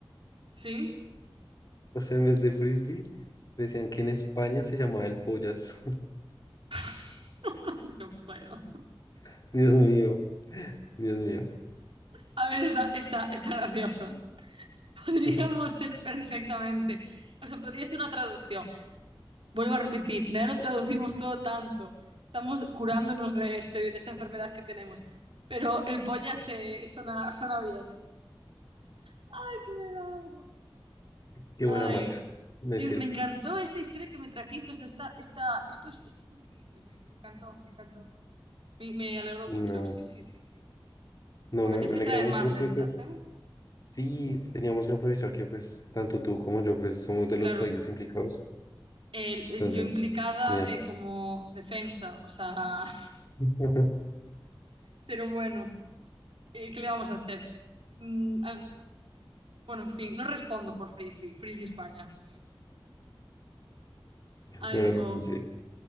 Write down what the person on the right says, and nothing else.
Sí.
<laughs> No puedo.
A ver, está, está, está gracioso. Podríamos
ser perfectamente. O sea, podría ser una traducción. Vuelvo a repetir, ya lo traducimos todo tanto. Estamos curándonos de, este, de esta enfermedad que tenemos. Pero el polla se suena, suena bien, ¿eh? Ay, que me da algo.
Ay,
Dios,
me encantó esta historia que me trajiste. o sea, esta, esta, esto, es- esto fue increíble. Me, me encantó, me encantó. Me, me alegró
mucho.
Sí, sí, sí, sí.
Joder,
tienes
que
traer
más
de estas,
¿eh?
Y
claro,
el- el-
yo implicada
eh, como defensa, o sea, <laughs>
pero bueno, eh, ¿qué le vamos a hacer? Mm, al- bueno, en fin, no respondo por Frisbee, Frisbee España. Ay,
jo.